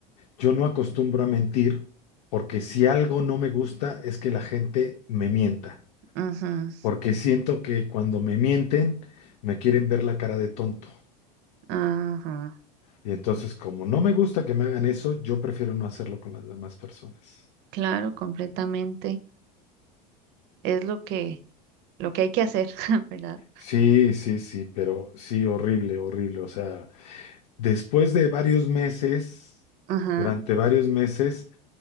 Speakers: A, on the left; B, on the right.
A: yo no acostumbro a mentir, porque si algo no me gusta es que la gente me mienta.
B: ajá,
A: porque siento que cuando me mienten, me quieren ver la cara de tonto.
B: ajá,
A: Y entonces, como no me gusta que me hagan eso, yo prefiero no hacerlo con las demás personas.
B: claro, completamente. Es lo que, lo que hay que hacer, <laughs> ¿verdad?
A: Sí, sí, sí, pero sí, horrible, horrible. O sea, después de varios meses,
B: Ajá.
A: durante varios meses,